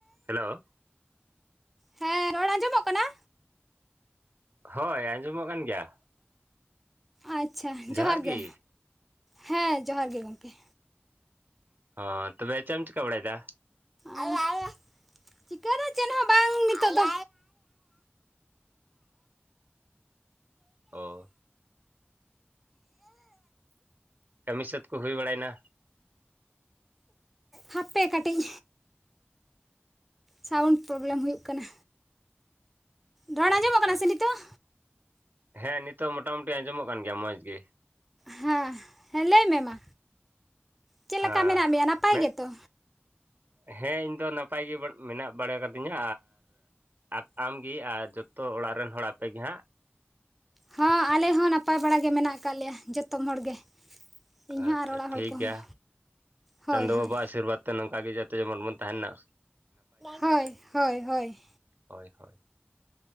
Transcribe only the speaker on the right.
Hello
ᱦᱳᱭ ᱟᱸᱡᱚᱢᱚᱜ ᱠᱟᱱ ᱜᱮᱭᱟ
ᱡᱚᱦᱟᱨ
ᱜᱤ
ᱦ ᱛᱚᱵᱮ ᱪᱮᱫ ᱮᱢ ᱪᱤᱠᱟ ᱵᱟᱲᱟᱭᱮᱫᱟ᱾
ᱚ ᱠᱟᱹᱢᱤ ᱥᱟᱹᱛ ᱠᱚ ᱦᱩᱭ ᱵᱟᱲᱟᱭᱱᱟ
ᱟᱪᱪᱷᱟ
ᱦᱮᱸ ᱱᱤᱛᱚᱜ ᱢᱚᱴᱟᱟᱢᱩᱴᱤ ᱟᱸᱡᱚᱢᱚᱜ ᱠᱟᱱ ᱜᱮᱭᱟ ᱢᱚᱸᱡᱽ ᱜᱮ
ᱦᱮᱸ
ᱪᱮᱫ
ᱦᱮᱸ ᱤᱧᱫᱚ ᱱᱟᱯᱟᱭ ᱜᱮ ᱢᱮᱱᱟᱜ ᱵᱟᱲᱟ ᱠᱟᱹᱫᱤᱧᱟ ᱟᱨ ᱟᱢᱜᱮ ᱟᱨ ᱡᱚᱛᱚ ᱚᱲᱟᱜ ᱨᱮᱱ ᱦᱚᱲ ᱟᱯᱮ ᱜᱮ ᱦᱟᱸᱜ
ᱟᱪᱪᱷᱟ
ᱴᱷᱤᱠ
ᱜᱮᱭᱟ᱾
ᱪᱟᱸᱫᱚ
ᱵᱟᱵᱟᱣᱟᱜ ᱟᱥᱤᱨᱵᱟᱫᱽ ᱛᱮ ᱱᱚᱝᱠᱟᱜ ᱜᱮ ᱡᱟᱛᱮ ᱡᱮᱢᱚᱱ ᱵᱚᱱ ᱛᱟᱦᱮᱸᱱᱟ
ᱦᱳᱭ ᱦᱳᱭ